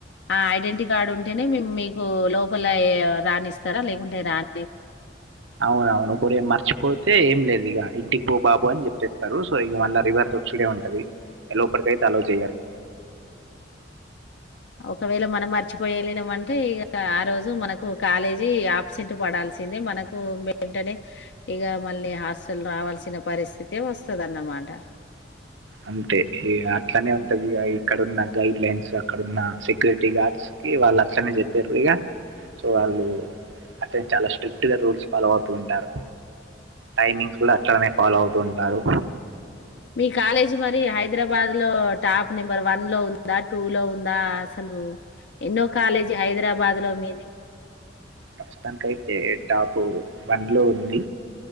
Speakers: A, on the left (about 60°); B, on the right (about 75°).
A: ఆ ఐడెంటి కార్డు ఉంటేనే మీకు లోపల రానిస్తారా లేకుంటే రాని
B: అవునువును ఒక మార్చ పోతే ఏం లేదు ఇక ఇంటికి పో బాబు అని చెప్పేస్తారు సో ఇక మళ్ళా రివర్స్ వచ్చుడే ఉంటది లోపలకి అయితే అలో చెయ్యాలి
A: ఒకవేళ మనం మర్చిపోయి వెళ్ళినం అంటే ఇక ఆ రోజు మనకు కాలేజీ ఆబ్సెంట్ పడాల్సిందే మనకు వెంటనే ఇక మళ్ళీ హాస్టల్ రావాల్సిన పరిస్థితే వస్తుదన్నమాట
B: అంతే అట్లానే ఉంటది ఇక్కడన్న గైడ్ లైన్స్ అక్కడన్న సెక్యూరిటీ గార్డ్స్ కి వాళ్ళు అట్లనే చెప్పారు ఇక సో వాళ్ళు అంటే చాలా స్ట్రిక్ట్ గా రూల్స్ ఫాలో అవుతూ ఉంటారు టైమింగ్స్ కూడా అచ్చడమే ఫాలో అవుతూ ఉంటారు
A: మీ కాలేజీ మరి హైదరాబాద్ లో టాప్ నెంబర్ వన్ లో ఉందా టూ లో ఉందా అసలు ఎన్నో కాలేజీ హైదరాబాద్ లో మీది
B: ప్రస్తుతానికి అయితే టాపు వన్ లో ఉంది